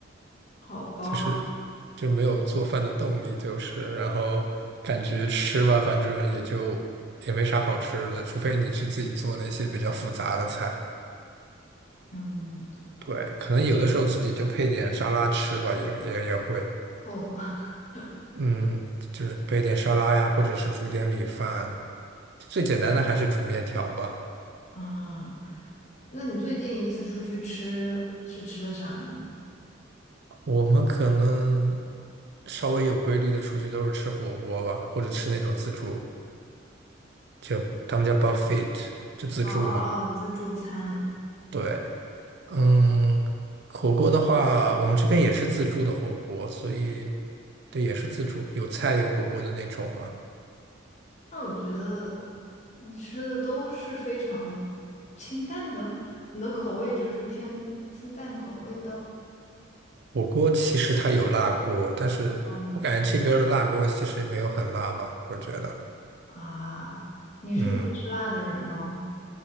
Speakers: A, on the left; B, on the right.
A: 好吧，
B: 就是就没有做饭的动力，就是然后感觉吃吧，反正也就也没啥好吃的，除非你去自己做那些比较复杂的菜。
A: 嗯，
B: 对，可能有的时候自己就配点沙拉吃吧，也也也会，
A: 凑合。<laughs>
B: 嗯，就是配点沙拉呀，或者是煮点米饭，最简单的还是煮面条吧。
A: 啊。那你最近一次出去吃是吃的啥呢？
B: 我们可能稍微有规律的出去都是吃火锅吧，或者吃那种自助，就他们叫 buffet，就自助嘛。
A: 哦哦哦，自助餐。
B: 对，嗯，火锅的话，我们这边也是自助的火锅，所以对，也是自助，有菜有火锅的那种嘛。
A: 那我觉得你吃的都是非常清淡的，你的口味就是偏清淡口味的。
B: 火锅其实它有辣锅，但是我感觉这边儿的辣锅其实没有很辣吧，
A: 嗯
B: 我觉得，
A: 啊，你是能吃辣的人吗？
B: 嗯，